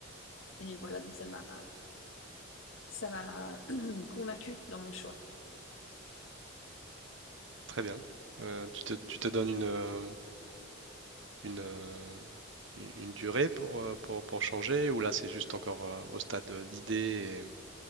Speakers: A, on the left; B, on the right.
A: et voilà, donc ça m'a, ça m'a <clears throat> convaincue dans mon choix.
B: Très bien. Euh, tu te, tu te donnes une, euh, une, euh, une- une durée pour, euh, pour, pour changer ou là c'est juste encore euh, au stade euh, d'idée et...